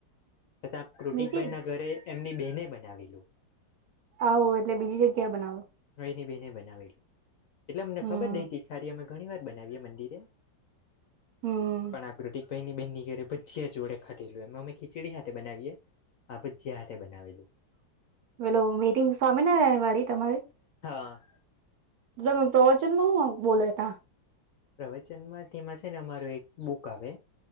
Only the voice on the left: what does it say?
તથા કૃતિક
ભાઈ ના ઘરે એમની બેહેને બનાવેલું.
હ એની બેને બનાવેલું એટલે અમને
ખબર <unintelligible> સારી અમે ઘણી વાર બનાવીએ મંદિરે
પણ આકૃતિ પની બેનની ઘરે ભજીયા જોડે ખટેલું એમ ખીચડી સાથે બનાવીએ. આ ભજિયા હાથે બનાવેલું.
હા.
પ્રવચનમાં તેમાં છે ને અમારું એક બુક આવે